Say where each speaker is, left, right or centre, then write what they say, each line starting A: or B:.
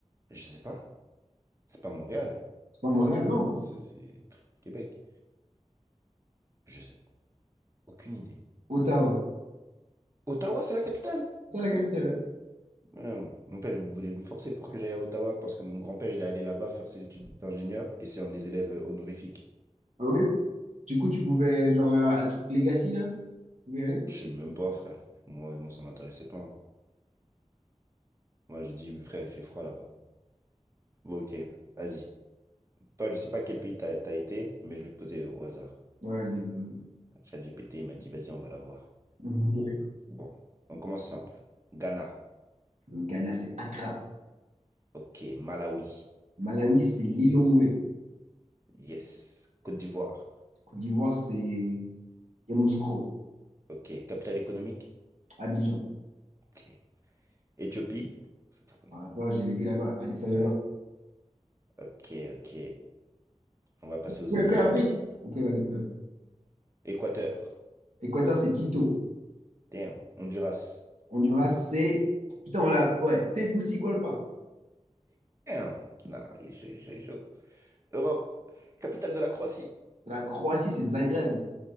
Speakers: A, on the right (about 25°); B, on the right (about 80°).
A: Je sais pas. C'est pas Montréal.
B: C'est pas Montréal,
A: Ça, c'est
B: non.
A: ça, c'est truc Québec. Je sais. Aucune idée.
B: Ottawa.
A: Ottawa, c'est la capitale?
B: C'est ça la capitale, ouais.
A: Non. Mon père, il voulait me forcer pour que j'aille à Ottawa parce que mon grand-père, il est allé là-bas faire ses études d'ingénieur et c'est un des élèves honorifiques.
B: Ah oui? Du coup, tu pouvais, genre, un un truc Legacy, là? Tu pouvais y aller?
A: Je sais même pas, frère. Moi, moi ça m'intéressait pas. hein. Moi, j'ai dit, frère, il fait froid là-bas. Bon, ok, vas-y. Toi, je sais pas quel pays t'as t'as été, mais je vais te poser au hasard.
B: Ouais, vas-y. donne-
A: ChatGPT, il m'a dit, vas-y, on va la voir.
B: Ok.
A: Bon, on commence simple. Ghana.
B: Le Ghana, c'est Accra.
A: Ok, Malawi.
B: Malawi, c'est Lilongwe.
A: Yes. Côte d'Ivoire.
B: Côte d'Ivoire, c'est Yamoussoukro.
A: Ok, capitale économique.
B: Abidjan.
A: Ok. Éthiopie. Ça, tu connais.
B: Après, j'ai vécu là-bas, Addis Abeba.
A: Ouais. Ok, ok. On va passer aux
B: Que
A: Amériques.
B: que l'Afrique? Ok, vas-y. euh.
A: Équateur.
B: Équateur, c'est Quito.
A: Damn. Honduras.
B: Honduras, c'est. Putain, voilà. Ouais, Tegucigalpa.
A: Damn. Non, il est chaud, il est chaud, il est chaud. Europe, capitale de la Croatie,
B: La Croatie, c'est Zagreb.